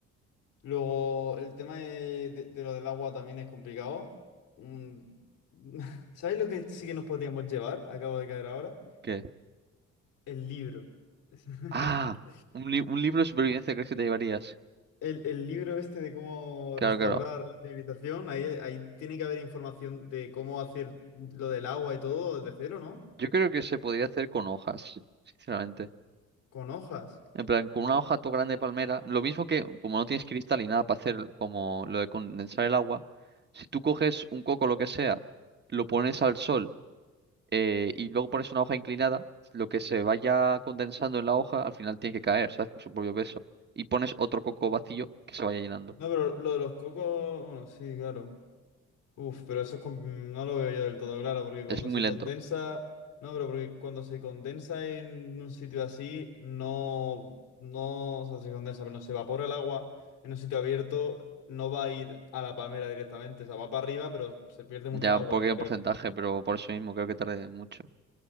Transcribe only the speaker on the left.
luego, el tema de, de- de lo del agua también es complicado. Mm, <laughs> ¿Sabes lo que sí que nos podríamos llevar? Acabo de caer ahora.
El libro. <laughs>
El, el libro este de cómo
restaurar
la civilización, ahí, ahí tiene que haber información de cómo hacer lo del agua y todo desde cero, ¿no?
Con hojas.
No, pero lo de los cocos, bueno, sí, claro. Uf, pero eso es con- no lo veo yo del todo claro, porque cuando
se
condensa, no, pero porque cuando se condensa en un sitio así, no, no, o sea, se condensa, pero no se evapora el agua en un sitio abierto, no va a ir a la palmera directamente, o sea, va para arriba, pero se pierde mucha
agua,
yo creo.